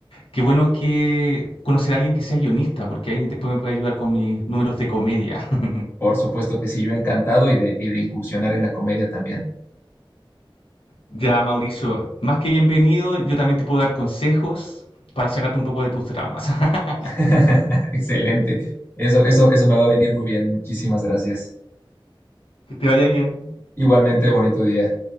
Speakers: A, on the left; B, on the left.
A: Qué bueno que conocer a alguien que sea guionista, porque ahí después me puede ayudar con mis números de comedia. <laughs>
B: Por supuesto que sí, yo encantado y de, y de incursionar en la comedia también.
A: Ya, Mauricio, más que bienvenido, yo también te puedo dar consejos para sacarte un poco de tus dramas. <laughs>
B: <laughs> Excelente. Eso, eso, eso me va a venir muy bien. Muchísimas gracias.
A: Que te vaya bien.
B: Igualmente, bonito día.